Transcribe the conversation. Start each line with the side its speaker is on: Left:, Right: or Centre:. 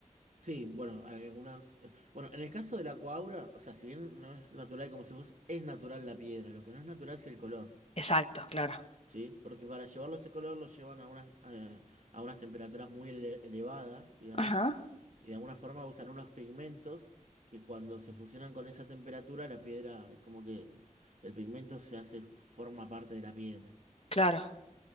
Right: Sí, bueno, hay algunas... eh, Bueno, en el caso de la coaura, o sea, si bien no es natural como si vos, es natural la piedra, lo que no es natural es el color,
Left: Exacto, claro.
Right: ¿sí? Porque para llevarlo ese color lo llevan a unas, eh, a unas temperaturas muy ele- elevadas, digamos,
Left: Ajá,
Right: y de alguna forma usan unos pigmentos que cuando se fusionan con esa temperatura, la piedra es como que el pigmento se hace, forma parte de la piedra.
Left: claro.